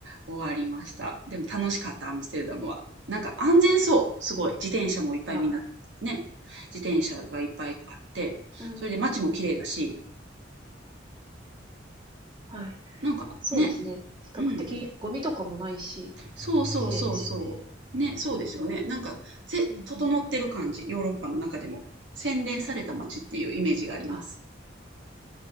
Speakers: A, on the right; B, on the right.
A: 終わりました。でも楽しかった、アムステルダムは。なんか安全そう、すごい。自転車もいっぱいみんな、
B: ああ、
A: ね、自転車がいっぱいあって、
B: うんうん。
A: それで街も綺麗だし、
B: はい。
A: なんかね、
B: そうですね。比較的ゴミとかもないし、
A: うん、そうそうそうそう。
B: 綺麗ですよね。
A: ね、そうですよね。なんか、ぜ、
B: うんうん。
A: 整ってる感じ、ヨーロッパの中でも。洗練された街っていうイメージがあります。
B: あ、